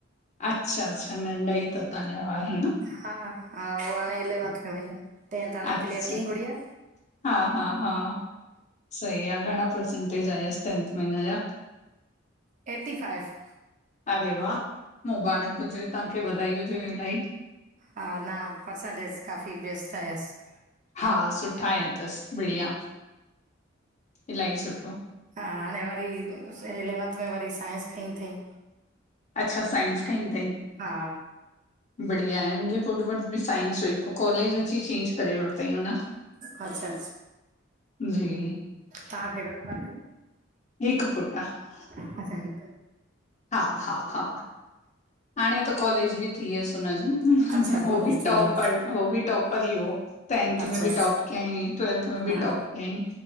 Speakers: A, on the left; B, on the right.
A: अच्छा अच्छा नंढाई तव तव्हांजा वारा हा न?
B: हा हा ओ हाणे इलेवंथ में वई आ, टेंथ हाणे
A: अच्छा,
B: क्लीअर कईं गुड़िया।
A: हा हा हा सही आ घणां परसेंटेज आयसि टेंथ में हुन या?
B: Eighty five.
A: अरे वाह! मुबारक हुॼेव तव्हांखे वधाई हुजेव इल्हाई।
B: हा ना, परसेंटेज़ काफ़ी बेस्ट आयसि।
A: हा सुठा आया तसि बढ़िया इल्हाई सुठो।
B: हा, हाणें वरी इलैवंथ में वरी साइंस खईं थईं।
A: अच्छा! साइंस खंई थईं।
B: हा
A: बढ़िया मुंहिंजे पुट्र वट ॿि साइंस हुई पो कॉलेज अची चेंज करे वरितईं उन।
B: अच्छा अच्छा
A: जी।
B: तहांखे घणां ॿार आहिन?
A: हिक पुट्र आ।
B: अच्छा हिक
A: हा हा हा हांणे त कॉलेज ॿि थी वियसि हुनॼो
B: अच्छा कॉलेज
A: हो ॿि
B: थी
A: टॉपर
B: वियसि
A: हो ॿि टॉपर ही, हो टेंथ
B: अच्छा
A: में ॿि टॉप कई। ट्वेल्थ में ॿि
B: हा
A: टॉप कियांईं,